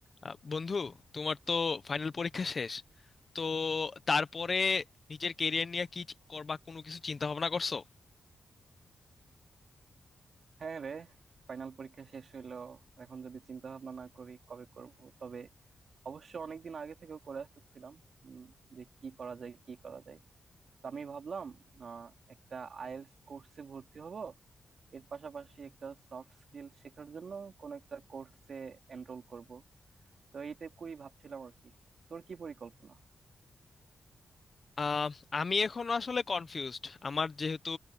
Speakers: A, on the left; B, on the right.
A: আহ, বন্ধু তোমার তো ফাইনাল পরীক্ষা শেষ তো তারপরে নিজের কেরিয়ার নিয়ে কি চি- করবা কোনো কিছু চিন্তা ভাবনা করছো
B: হ্যাঁ রে ফাইনাল পরীক্ষা শেষ হইলো এখন যদি চিন্তা ভাবনা না করি কবে করব তবে অবশ্য অনেকদিন আগে থেকেও করে আসতেছিলাম উম, যে কি করা যায় কি করা যায় তো আমি ভাবলাম আহ, একটা আইএলটিএস কোর্সে ভর্তি হব এর পাশাপাশি একটা সফট স্কিল শেখার জন্য কোন একটা কোর্সে এনরোল করব তো এইটুকুই ভাবছিলাম আর কি তোর কি পরিকল্পনা
A: আহ, আমি এখনো আসলে কনফিউজড আমার যেহেতু